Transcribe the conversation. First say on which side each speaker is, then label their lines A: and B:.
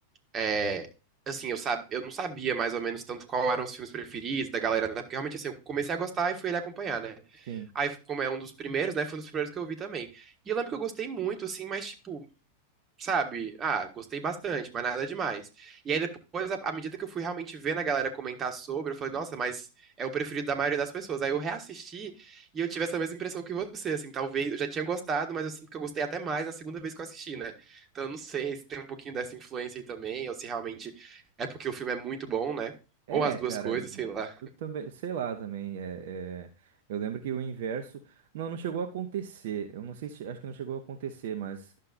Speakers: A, on the right (about 25°); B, on the right (about 50°).
A: é, assim, eu, sab, eu não sabia mais ou menos tanto qual eram os filmes preferidos da galera, né? Porque realmente, assim, eu comecei a gostar e fui ele acompanhar, né?
B: sim.
A: Aí, como é um dos primeiros, né? Foi um dos primeiros que eu vi também. E eu lembro que eu gostei muito, assim, mas, tipo, sabe? Ah, gostei bastante, mas nada demais. E aí depois, à à medida que eu fui realmente vendo a galera comentar sobre, eu falei, nossa, mas é o preferido da maioria das pessoas. Aí eu reassisti e eu tive essa mesma impressão que você, assim, talvez eu já tinha gostado, mas eu sinto que eu gostei até mais na segunda vez que eu assisti, né? Então eu não sei se tem um pouquinho dessa influência aí também, ou se realmente é porque o filme é muito bom, né?
B: É,
A: Ou as duas
B: cara,
A: coisas, sei lá.
B: eu também, sei lá também, é, é, eu lembro que o inverso, não, não chegou a acontecer, eu não sei se, acho que não chegou a acontecer, mas,